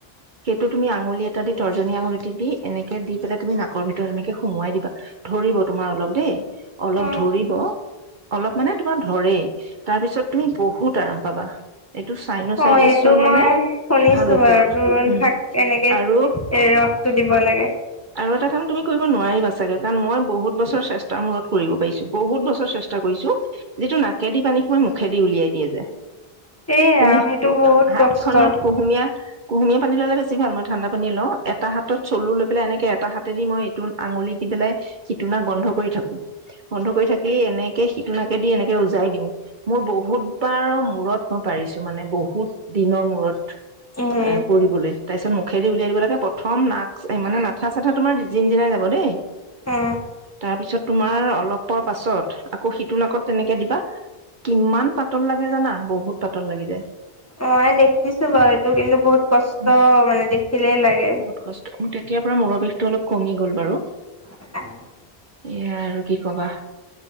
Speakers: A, on the right; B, on the left.
A: সেইটোত তুমি আঙুলি এটা দি তৰ্জনী আঙুলি দি এনেক দি পাই তুমি নাকৰ ভিতৰত এনেক সোমাই দিবা ধৰিব তোমাৰ অলপ দেই অলপ ধৰিব
B: অ
A: অলপ মানে তোমাৰ ধৰে। তাৰ পিছত তুমি বহুত আৰাম পাবা। এইটো চাইনচাইটিছৰ
B: অ এইটো
A: মানে
B: মই শুনিছো
A: ভাল
B: বাৰু
A: ঔষধ
B: দোৰোণ
A: উম
B: শাক কেনেকে এ
A: আৰু
B: ৰসটো দিব লাগে
A: আৰু এটা কাম তুমি কৰিব নোৱাৰিবা ছাগে কাৰণ মই বহুত বছৰ চেষ্টাৰ মূৰত কৰিব পাৰিছো বহুত বছ চেষ্টা কৰিছো যিটো নাকেদি পানী সোমাই মুখেদি উলিয়াই দিয়ে যে।
B: এই
A: তুমি
B: ৰাম সেইটো বহুত
A: হাত
B: কষ্ট
A: খনত
B: উম
A: কুহুমীয়া কুহুমীয়া পানী ললে বেছি ভাল মই ঠাণ্ডা পানী লওঁ এটা হাতত চলু লৈ পেলাই এনেকে এটা হাতে দি মই এইটো আঙুলি দি পেলাই সিটো নাক বন্ধ কৰি থাকো বন্ধ কৰি থাকি এনেকে সিটো নাকে দি এনেকে উজাই দিওঁ মোৰ বহুতবাৰৰ মূৰত মই পাৰিছো মানে বহুত দিনৰ মূৰত।
B: উম
A: কৰিবলৈ, তাৰপিছত মোক। খেদি উলিয়াই দিব লাগে প্ৰথম নাক, মানে মাঠা-চাঠা তোমাৰ জিনজিনাই যাব দেই।
B: উম
A: তাৰপিছত তোমাৰ অলপৰ পাছত আকৌ সিটো নাকত তেনেকে দিবা কিমান পাতল লাগে জানা, বহুত পাতল লাগি যায়।
B: মই দেখিছো বাৰু এইটো কিন্তু বহুত কষ্ট,
A: উম
B: মানে দেখিলেই লাগে।
A: বহুত কষ্ট মোৰ তেতিয়াৰ পৰা মূৰৰ বিষটো অলপ কমি গ'ল বাৰু।
B: <unintelligible>
A: এয়া আৰু কি কবা।